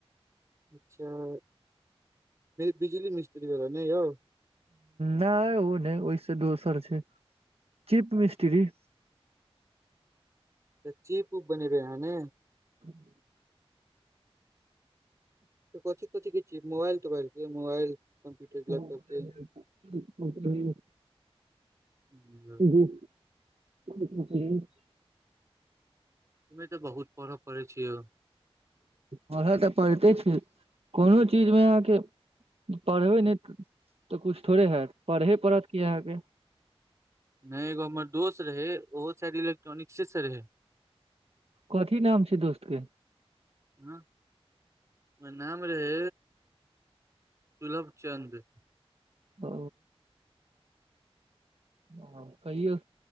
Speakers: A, on the right; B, on the right.
A: अच्छा, बिजली मिस्त्री वला नहि यौ।
B: नहि ओ नहि ओहिस दोसर छै, चीप मिस्ट्री।
A: चीप उप बनेबै अहाँ ने।
B: <inaudible>
A: कथि कथि किछ मोबइल तोबइल के मोबाइल। कम्प्यूटर
B: ह
A: लैपटॉप के
B: <unintelligible>
A: ह। <unintelligible>
B: <unintelligible>
A: इमे तऽ बहुत पढ़ब पढ़ै छि यौ।
B: पढ़य तऽ पढ़िते छी कोनो चीजमे अहाँकेँ। पढ़बै नहि तऽ किछु थोड़े हैत, पढ़हे पड़त कि अहाँकेँ।
A: नहि एगो हमर दोस्त रहै, ओहो सायद इलेक्ट्रॉनिक्से रहै।
B: कथि नाम छै, दोस्तके?
A: ह, ओकर नाम रहै सुलभ चन्द।
B: ओ। ओ कहियौ